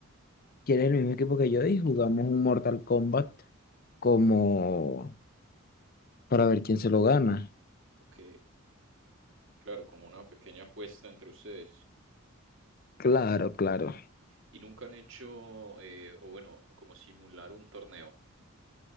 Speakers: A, on the left (about 40°); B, on the right (about 60°).
A: quieres el mismo equipo que yo y jugamos un Mortal Kombat como para ver quién se lo gana.
B: ok. Claro, como una pequeña apuesta entre ustedes.
A: Claro, claro.
B: Y nunca han hecho, eh, o bueno, como simular un torneo.